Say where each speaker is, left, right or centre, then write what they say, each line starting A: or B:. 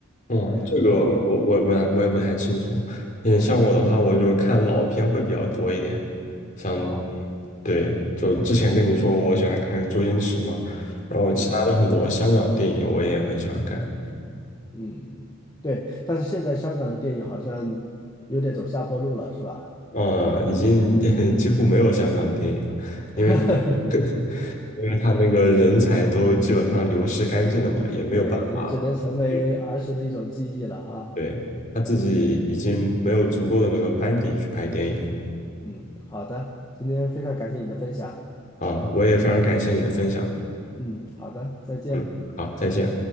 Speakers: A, on the left; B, on the left.
A: 哦，
B: 也还是可以的。
A: 这个我我也不太我也不太清楚。嗯，像我的话，我就看老片会比较多一点。像，
B: 哦，
A: 对，就之前跟你说我喜欢看周星驰嘛，然后其他的很多香港电影我也很喜欢看。
B: 嗯。嗯，对，但是现在香港的电影好像有点走下坡路了，是吧？
A: 呃，已经 <laughs> 几乎没有香港电影了，因为他
B: <laughs>
A: <laughs> 因为他那个人才都基本上流失干净了嘛，也没有办法
B: 对，也只能成为儿时的一种记忆了哈。
A: 去，对，他自己已经没有足够的那个班底去拍电影了。
B: 嗯，嗯，好的，今天非常感谢你的分享。
A: 啊，我也非常感谢你的分享。
B: 嗯，好的，再见。
A: 嗯，好，再见。